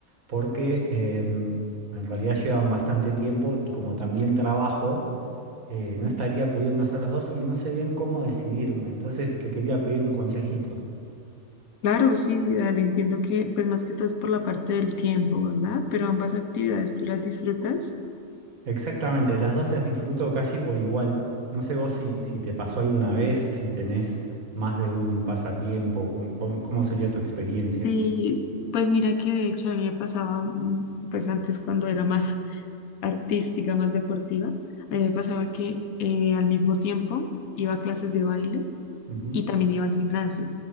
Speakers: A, on the right (about 85°); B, on the left (about 85°).
A: porque em, en realidad llevan bastante tiempo y como también trabajo, eh, no estaría pudiendo hacer las dos y no sé bien cómo decidirme, entonces te quería pedir un consejito.
B: claro, sí, sí, dale. Entiendo que, pues más que todo es por la parte del tiempo, ¿verdad? Pero ambas actividades tú las disfrutas.
A: Exactamente, las dos las disfruto casi por igual. No sé vos si, si te pasó alguna vez, si tenés más de un pasatiempo, cómo, cómo- cómo sería tu experiencia.
B: Y pues mira que de hecho a mí me pasaba, mm, pues antes cuando era más <laughs> artística, más deportiva, a mí me pasaba que eh, al mismo tiempo iba a clases de baile
A: Ujú,
B: y también iba al gimnasio.